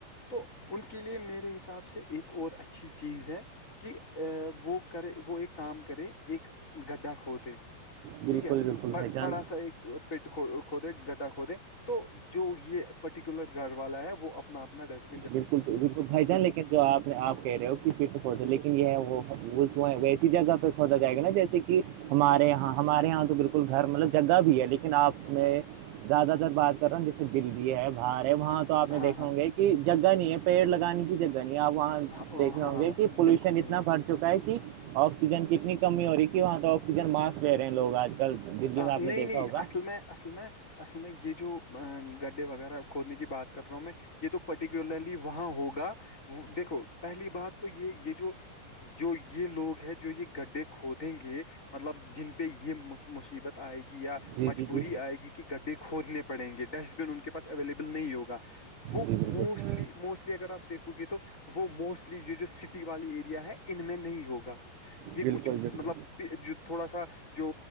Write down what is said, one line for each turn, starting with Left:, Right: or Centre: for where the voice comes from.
Left: تو ان کے لیے میرے حساب سے ایک اور اچھی چیز ہے کہ وہ کرے وہ ایک کام کرے ایک گڈھا کھو د
Right: بالکل
Left: ٹھیک ہے
Right: بالکل
Left: ب
Right: بھائی جان
Left: بڑا سا ایک پیٹ کھودے گڈا کھودے تو جو یہ پرٹیکولر گھر والا ہے وہ اپنا اپنا ڈیس
Right: بالکل وپل بھائی جان لیکن جو آپ نے آپ کہہ رہے ہو فٹ کھود لیکن یہ ہے وہ ویسی جگہ پہ کھودا جائے گا نا جیسے کہ ہمارے یہاں ہمارے یہاں تو بالکل گھر مطلب جگہ بھی ہے لیکن آپ میں زیادہ تر بات کر رہا ہوں جیسے دی ہے باہر ہے وہاں تو آپ نے
Left: ہاں
Right: دیکھے
Left: ہاں
Right: ہوں گے کہ جگہ نہیں ہے پیڑ لگانے کی جگہ نہیں ہے آپ وہاں
Left: ہاں
Right: دیک رہے
Left: ہاں
Right: ہوں
Left: ہاں
Right: گے کہ
Left: ہاں
Right: پولوشن
Left: بالکل
Right: اتنا
Left: صحیح
Right: بھر چکا ہے کہ آکسیجن کی کتنی کمی ہو رہی ہے کہ وہاں تو آکسیجن ماسک لے رہے ہیں لوگ آج کل دلی میں آپ
Left: نہیں
Right: نے دیکھا
Left: نہیں
Right: ہوگا
Left: اصل میں اصل میں اصل میں یہ جو گڈھے وغیرہ کھودنے کی بات کر رہا ہوں میں یہ تو پرٹیکولرلی وہاں ہوگا وہ دیکھو پہلی بات تو یہ یہ جو جو یہ لوگ ہے جو یہ گڈھے کھودیں گے مطلب جن پہ یہ مصیبت آئے گی یا
Right: جی
Left: مجبوری
Right: جی جی
Left: آئے گی کہ گڈھے کھودنے پڑیں گے ڈسٹ بن ان کے پاس اویلیبل نہیں ہوگا وہ
Right: جی بالکل
Left: موسٹلی موسٹلی اگر آپ دیکھو گے تو وہ موسٹلی یہ جو سٹی والی ایریا ہے ان میں نہیں ہوگا یہ
Right: بالکل
Left: کچھ
Right: بالکل
Left: مطلب جو تھوڑا سا جو